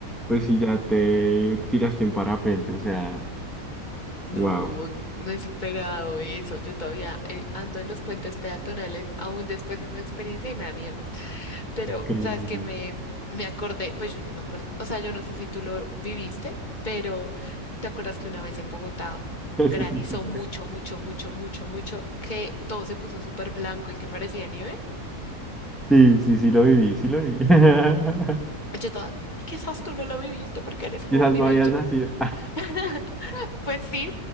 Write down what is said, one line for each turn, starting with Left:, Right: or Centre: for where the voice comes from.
Centre: pues si ya te tiraste en parapente, o sea,
Left: No,
Centre: wow,
Left: no he superado eso. Yo todavía eh, ando en los puentes peatonales aún después de esa experiencia y me da miedo. Pero,
Centre: increíble.
Left: ¿sabes qué? Me, me acordé, pues yo no me acuerdo, o sea, yo no sé si tú lo viviste, pero ¿te acuerdas que una vez en Bogotá
Centre: <laughs> No
Left: granizó
Centre: sé si te
Left: mucho,
Centre: lo-
Left: mucho, mucho, mucho, mucho, que todo se puso súper blanco y que parecía nieve?
Centre: Sí, sí, sí lo viví, sí lo vi. <laughs>
Left: Yo toda, quizás tú no lo viviste porque eres joven
Centre: Quizás no
Left: y bello.
Centre: habías nacido.
Left: <laughs> Pues sí,